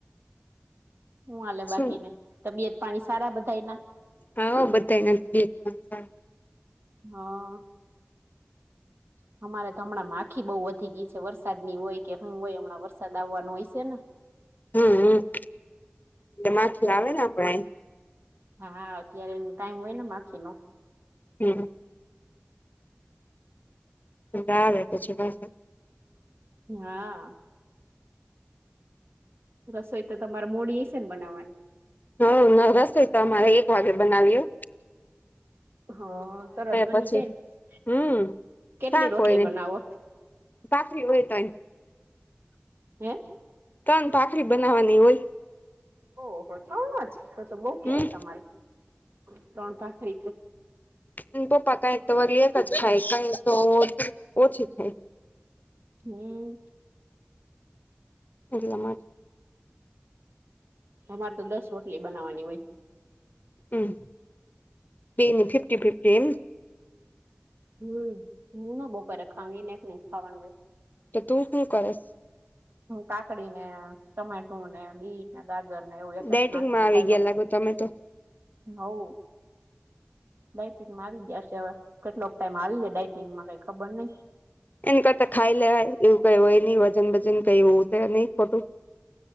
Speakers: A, on the right; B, on the left.
A: હું હાલે
B: શું
A: બાકીને તબિયત પાણી સારા બધાય ના?
B: હા, હો, બધાય ના તબિયત પાણી સારા.
A: હા
B: <inaudible>
A: અમારે તો, હમણાં માખી બઉુ વધી ગઈ છે. વરસાદ ની હોય કે, હું હોય, હમણાં વરસાદ આવવાનો હયશે ને!
B: હ, હ, તે માખી આવે ને આપડે-
A: હા હા, અત્યારે એ ટાઈમ હોય ને માખીનો.
B: <unintelligible> આવે પછી વરસાદ
A: હા., રસોઈ તો તમારે મોડી હશે ને બનાવાની?
B: હ ન રસોઇ તો અમારે એક વાગે બનાવી હો
A: હ તરત બની
B: પછી
A: જાયને,
B: હમ
A: કેટલી
B: શાક
A: રોટલી
B: હોય ને
A: બનાવો?
B: ભાખરી હોય તૈયા
A: હે?
B: ત્રણ ભાખરી બનાવવાની હોય.
A: ઓહો ત્રણ જ તો તો બહ કેવાય
B: હમ
A: તમારે ત્રણ ભખરી
B: આના પપ્પા કાઈક તો વરી એક જ થાય કઈ તો ઓછી ખાય.
A: હમ્મ
B: એટલા માટે
A: અમારે તો દસ રોટલી બનાવાની હોય.
B: હમ્મ બેય ની ફિફ્ટ ફિફ્ટ એમ
A: હમ્મ, હું નો બપોરે ખાવ એને એક ને ખાવાનું હોય.
B: તો તું હું કરશ
A: હું કાકડી ટમેટું ને બીટ ગાજર ને એવું એક
B: ડાયટિંગમાં
A: એક નાખીને
B: આવી
A: ખાઈ
B: ગયા
A: લવ.
B: લાગો તમે તો
A: હવ બાયપીકમાં આવી ગયા છે હવે. કેટલોક ટાઈમ હાલીએ ડાઇટિંગમાં કઈ ખબર નહી.
B: એને કરતા ખાય લેવાય એવું કઇ હોય નહી વજન બજન કઈ ઉતરે નહી ખોટું